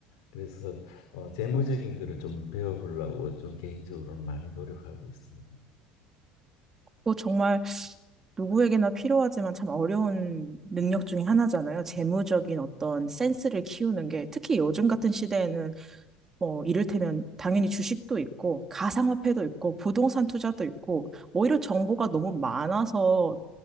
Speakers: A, on the left; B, on the right.
A: 그래서 어, 재무적인 거를 좀 배워보려고 좀 개인적으로는 많이 노력하고 있습니다.
B: 또 정말 누구에게나 필요하지만 참 어려운 능력 중에 하나잖아요. 재무적인 어떤 센스를 키우는 게 특히 요즘 같은 시대에는 뭐 이를테면 당연히 주식도 있고 가상화폐도 있고 부동산 투자도 있고 오히려 정보가 너무 많아서